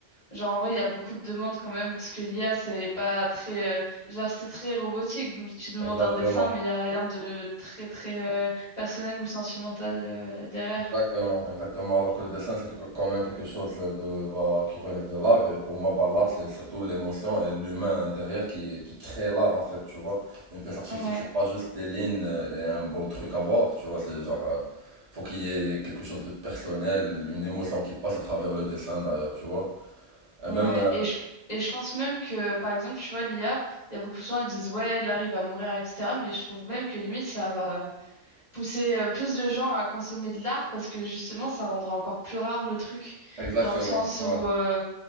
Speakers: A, on the left; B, on the right.
A: genre, en vrai, il y a beaucoup de demandes quand même parce que l'IA, c'est pas très. euh, genre, c'est très robotique. Donc, tu demandes
B: exactement.
A: un dessin, mais il y a rien de très, très euh, personnel ou sentimental euh, derrière.
B: Exactement, exactement. Alors que le dessin, c'est quelque- quand même quelque chose de, bah, qui relève de l'art. Et pour moi, bah, l'art, c'est surtout l'émotion et l'humain derrière qui, qui crée l'art, en fait, tu vois. Une pièce artistique,
A: Ouais.
B: c'est pas juste des lignes et un beau truc à voir, tu vois. C'est genre, euh, faut qu'il y ait quelque chose de personnel, une émotion qui passe à travers le dessin, d'ailleurs, tu vois. Et
A: Ouais,
B: même, euh,
A: et je, et je pense même que, par exemple, tu vois, l'IA, il y a beaucoup de gens qui disent, ouais, l'art, il va mourir, etc. Mais je trouve même que limite, ça va euh, pousser euh, plus de gens à consommer de l'art parce que justement, ça rendra encore plus rare le truc.
B: exactement,
A: Dans le sens
B: ouais,
A: où euh,